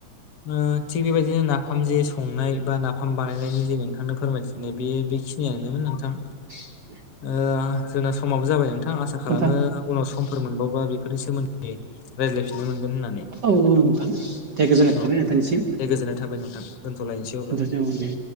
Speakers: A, on the left (about 55°); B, on the right (about 85°).
A: ओ थिग बेबायदिनो नाफाम जे संनाय बा नाफाम बानायनायनि जेन नोंथांनो फोरमायथिनाय बे बेखिनियानोमोन नोंथां
B: <inaudible>
A: ओ जोंना समाबो जाबाय नोंथां आसा खालामो
B: नोंथां।
A: उनाव समफोर मोनबावबा बेफोरनि सोमोन्दै रायज्लायफिननो मोनगोन होननानै
B: औ औ नोंथां दे गोजोननाय थाबाय
A: औ
B: नोंथांनिसिम।
A: दे गोजोननाय थाबाय नोंथां दोन्थ'लायनोसै
B: नोंथांसिम
A: अब्ला
B: दे